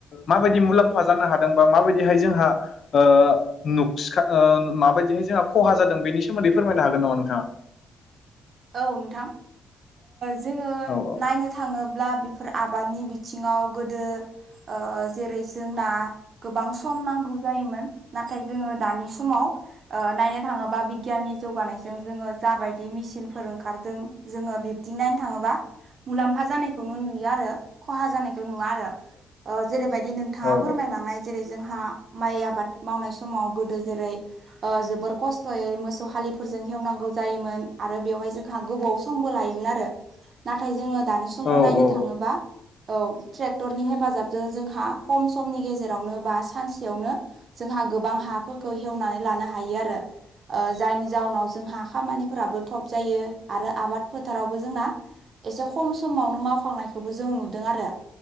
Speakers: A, on the left (about 60°); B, on the right (about 55°).
A: माबादि मुलाम्फा ओ जानो हादों बा माबायदिहाय जोंहा ओ नुसिखा ओ माबायदिहाय जोंहा खहा जादों बेनि सोमोन्दै फोरमायनो हागोन नामा नोंथाङा?
B: औ नोंथां जोङो
A: औ औ
B: नायनो ओ थाङोब्ला बेफोर आबादनि बिथिङाव गोदो ओ जेरै जोंना गोबां सम नांगौ जायोमोन नाथाय जोङो दानि समाव ओ नायनो थाङोबा बिगियाननि जौगानायजों जोङो जाबायदि मेसिन सोर ओंखारदों जोङो बिदि नायनो थाङोबा मुलाम्फा जानाय खौनो नुयो आरो खहा जानायखौ नुवा आरो ओ जेरैबायदि नोंथाङा
A: औ
B: फोरमायलांनाय जेरै जोंहा माइ आबाद मावनाय समाव गोदो जेरै जोबोर खस्थ'यै मोसौ हालिफोरजों खेवनांगौ जायोमोन आरो बेवहाय जोंहा गोबाव समबो लायोमोन आरो नाथाय जोङो दानि समाव
A: औ
B: नायनो
A: औ
B: थाङोबा औ ट्रेक्टरनि हेफाजाबजों जोंहा खम समनि गेजेरावनो बा सानसेयावनो जोंहा गोबां हाफोरखौ हेवनानै लानो हायो आरो ओ जायनि जाउनाव जोंहा खामानिफोराबो थब जायो आरो आबाद फोथारावबो जोंना एसे खम समावनो मावखांनायखौबो जों नुदों आरो